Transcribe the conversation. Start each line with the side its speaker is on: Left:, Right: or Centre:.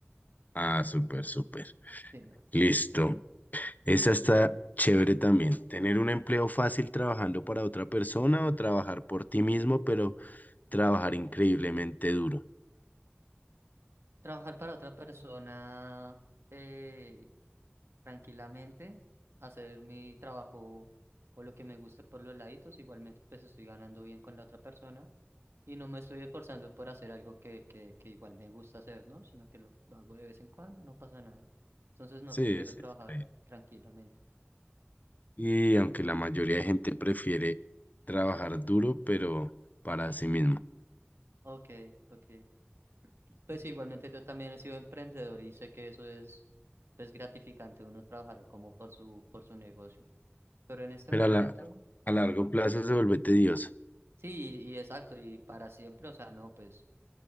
Left: Ah, súper, súper.
Right: Sí, no.
Left: Listo. Esa está chévere también. Tener un empleo fácil trabajando para otra persona o trabajar por ti mismo, pero trabajar increíblemente duro.
Right: Trabajar para otra persona. eh, tranquilamente, hacer mi trabajo o lo que me guste por los laditos. Igualmente, pues estoy ganando bien con la otra persona y no me estoy esforzando por hacer algo que, que, que igual me gusta hacer, ¿no? Sino que lo, lo hago de vez en cuando, no pasa nada. Entonces, no,
Left: Sí,
Right: prefiero
Left: sí,
Right: trabajar
Left: sí. está bien.
Right: tranquilamente.
Left: Y aunque la mayoría de gente prefiere trabajar duro, pero para sí mismo.
Right: Ok, ok. Pues igualmente yo también he sido emprendedor y sé que eso es pues gratificante uno trabajar como por su por su negocio. Pero en este
Left: Pero
Right: momento,
Left: a la, a largo
Right: Dime.
Left: plazo se vuelve tedioso.
Right: sí, y, y exacto, y para siempre, o sea, no, pues